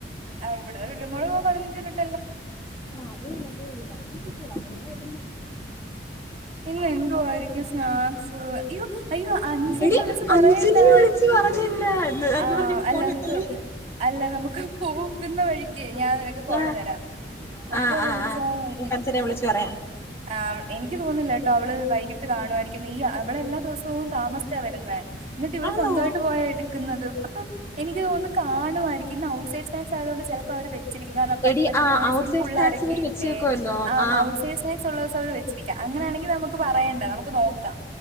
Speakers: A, on the right; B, on the left.
A: ആഹ് ഇവിട ലുലു മാളു പോവാൻ പതിനഞ്ച് മിനി
B: ആഹ് അതേ അ അതേ ഉള്ളൂ പതിനഞ്ച്ീച്ചള ആ
A: ഇന്ന്െങ്ക ആയിരിക്കും സ്നാക്സ് അയ്യോ അയ്യോ അഞ്ജനെ
B: എടി
A: വിളിിച്ചു പറയണ്ടായോ
B: അഞ്ജലി വിളിച്ച് പറഞ്ഞില്ല എന്ന്
A: ആഹ്
B: പറഞ്ഞ്
A: അല്ല
B: ഫോൺ
A: നമുക്ക്
B: വെക്കല്ലേ
A: അല്ല നമുക്ക് പോകുന്ന വഴി ക്ക് ഞാൻ നിനക്ക്
B: ആഹ്
A: ഫോൺ തരാം അപ്പൊ
B: ആഹ്
A: വിളച്ചാ
B: ആഹ് ആഹ്
A: മതി
B: നമുക്ക് അഞ്ജലിയെ വിളിച്ചു പറയാം
A: ആ എനിക്ക് തോന്നുന്നില്ലട്ടോ അവള് വൈകി ട്ട് കാണുവായിരിക്കുന്ന് ഈ അവളെല്ലാം ദിവസവും താമസിച്ച വരുന്നേ എന്നിട്ട് ഇവള്
B: ആന്നോ
A: സ്വന്തവായിട്ട് പോയ എടുക്കുന്നത്. അ അപ്പം എനിക്ക്തോന്നുന്നു കാണുവാരിക്കും ഔട്ട് സൈസേഴ്‌സ് ആയതുകൊണ്ട് ചിലപ്പോ അവര് വെ ചിരിക്കും കാരണം ഇപ്പം
B: എടി
A: ഒരു
B: ആഹ്
A: നേഴ്സിങ്
B: ഔട്ട് സൈഡ്
A: പുള്ളാരൊക്കെയില്ലേ
B: സ്നാക്സ് ഇവര് വെച്ച് വെക്കുവല്ലോ ആഹ്
A: ഔട്ട്സൈസ് <unintelligible> അവര് വെച്ചു ക്കാം അങ്ങനാണെങ്കി നമുക്ക് പറയണ്ട നമുക്ക് നോക്കാം.